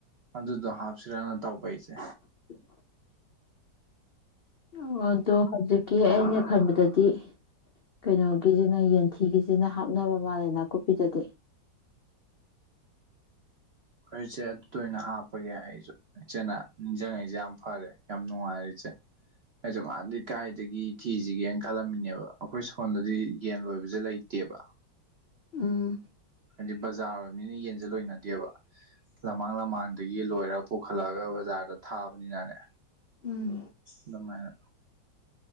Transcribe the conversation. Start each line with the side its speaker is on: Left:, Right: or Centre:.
Right: ꯑꯗꯨꯗꯣ ꯍꯥꯞꯁꯤꯔꯅ ꯇꯧꯕ ꯏꯆꯦ
Left: <unintelligible> ꯑꯣ ꯑꯗꯣ ꯍꯧꯖꯤꯛꯀꯤ ꯑꯩꯅ ꯈꯟꯕꯗꯗꯤ ꯀꯩꯅꯣꯒꯤꯁꯤꯅ ꯌꯦꯟꯊꯤꯒꯤꯁꯤꯅ ꯍꯥꯞꯅꯕ ꯃꯥꯜꯂꯦ ꯅꯥꯀꯨꯞꯄꯤꯗꯗꯤ
Right: ꯐꯔꯤꯁꯦ ꯑꯗꯨꯗ ꯑꯣꯏꯅ ꯍꯥꯞꯄꯒꯦ ꯑꯩꯁꯨ ꯏꯆꯦꯅ ꯅꯤꯡꯁꯤꯡꯉꯩꯁꯦ ꯌꯥꯝ ꯐꯔꯦ ꯌꯥꯝ ꯅꯨꯡꯉꯥꯏꯔꯦ ꯏꯆꯦ ꯑꯩꯁꯨ ꯉꯥꯟꯗꯤ ꯀꯥꯏꯗꯒꯤ ꯊꯤꯁꯤꯒꯦꯅ ꯈꯜꯂꯝꯃꯤꯅꯦꯕ ꯑꯩꯈꯣꯏ ꯁꯣꯣꯟꯗꯗꯤ ꯌꯦꯟ ꯂꯣꯏꯕꯁꯦ ꯂꯩꯇꯦꯕ
Left: ꯎꯝ
Right: ꯍꯥꯏꯗꯤ ꯕꯖꯥꯔ ꯑꯣꯏꯕꯅꯤꯅ ꯌꯦꯟꯁꯦ ꯂꯣꯏꯅꯗꯦꯕ ꯂꯃꯥꯡ ꯂꯝꯃꯥꯡꯗꯒꯤ ꯂꯣꯏꯔꯒ ꯄꯨꯈꯠꯂꯛꯑꯒ ꯕꯖꯥꯔꯗ ꯊꯥꯕꯅꯤꯅꯅꯦ
Left: ꯎꯝ
Right: ꯑꯗꯨꯃꯥꯏꯅ